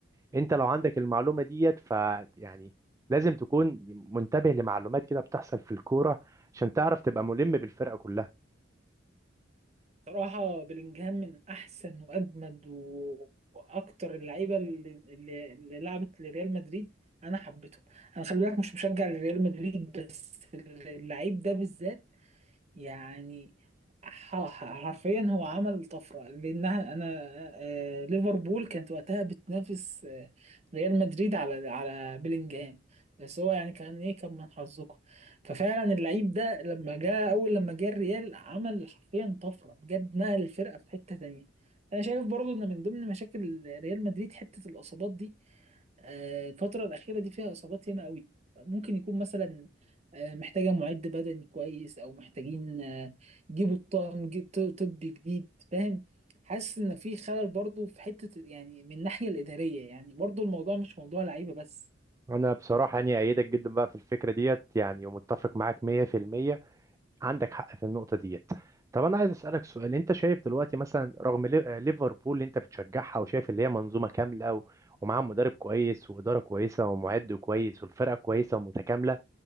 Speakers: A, on the right; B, on the right.
A: انت لو عندك المعلومه ديت ف يعني لازم تكون منتبه لمعلومات كده بتحصل في الكوره عشان تعرف تبقى ملم بالفرقه كلها
B: صراحة بلينجهام من أحسن وأجمد و- وأكتر اللعيبة اللي, اللي اللي لعبت لريال مدريد أنا حبيتهم أنا خلي بالك مش مشجع لريال مدريد بس اللعيب ده بالذات يعني ح- ح- حرفيا هو عمل طفرة لأنها أنا آه، ليفربول كانت وقتها بتنافس آه، ريال مدريد على على بيلينجهام بس هو يعني كان إيه كان من حظكم ففعلا اللعيب ده لما جاء أول لما جه الريال عمل حرفيا طفرة بجد نقل الفرقة في حتة تانية أنا شايف برضو إن من ضمن مشاكل ريال مدريد حتة الإصابات دي آه، الفترة الأخيرة دي فيها إصابات ياما قوي ممكن يكون مثلا آه، محتاجة معد بدني كويس أو محتاجين آه، يجيبوا طاقم ج- ط- طبي جديد فاهم حاسس إن في خلل برضو في حتة يعني من الناحية الإدارية يعني برضو الموضوع مش موضوع لعيبة بس
A: انا بصراحه يعني ايدك جدا بقى في الفكره ديت يعني ومتفق معاك 100% عندك حق في النقطه ديت طب انا عايز اسالك سؤال انت شايف دلوقتي مثلا رغم ليف- ليفربول اللي انت بتشجعها وشايف اللي هي منظومه كامله و- ومعاها مدرب كويس واداره كويسه ومعد كويس والفرقه كويسه ومتكامله